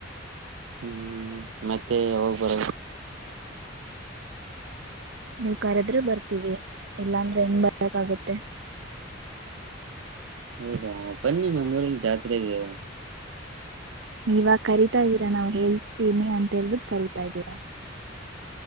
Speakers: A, on the right; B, on the right.
A: ಹ್ಮ್ ಮತ್ತೆ ಹೋಗ್ ಬರ
B: ನೀವು ಕರೆದ್ರೆ ಬರ್ತೀವಿ ಇಲ್ಲಾ ಅಂದ್ರೆ ಹೆಂಗ್ ಬರ್ಕ್ಾಗುತ್ತೆ
A: ಹೌದಾ ಬನ್ನಿ ನಮ್ಮ ಊರಿರಿಗೆ ಜಾತ್ರೆಗೆ
B: ಇವಾಗ ಕರಿತಾ ಇದ್ದೀರಾ ನಾವ್ ಹೇಳ್ತೀನಿ ಅಂತ ಹೇಳ್ಬಿಟ್ಟು ಕರಿತಾ ಇದ್ದೀರಾ